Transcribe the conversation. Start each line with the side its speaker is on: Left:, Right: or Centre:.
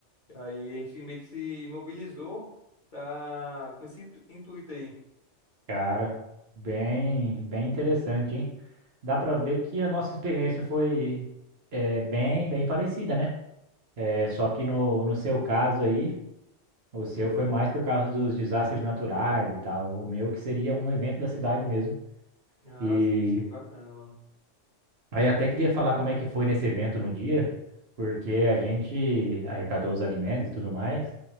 Left: Aí a gente meio que se mobilizou tá, com esse intu- intuito aí.
Right: cara, bem, bem interessante, hein? Dá pra ver que a nossa experiência foi eh, bem, bem parecida, né? É só que no, no seu caso aí, o seu foi mais por causa dos desastres naturais e tal. O meu que seria um evento da cidade mesmo.
Left: Ah,
Right: E
Left: sim, sim, bacana, mano.
Right: aí até queria falar como é que foi nesse evento no dia, porque a gente arrecadou os alimentos e tudo mais.